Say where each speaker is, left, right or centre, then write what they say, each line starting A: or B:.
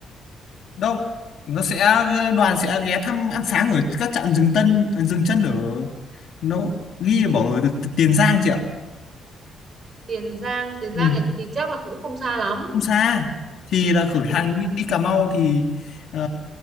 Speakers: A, on the left; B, on the right.
A: đâu nó sẽ ờ, đoàn sẽ ghé thăm ăn sáng ở các trạm dừng tân dừng chân ở nó ghi bảo ở Tiền Giang chị ạ
B: Tiền Giang Tiền
A: ừ.
B: Giang này thì chắc là cũng không xa lắm
A: không xa thì là khởi hành
B: Ừ.
A: đi, đi Cà Mau thì ờ,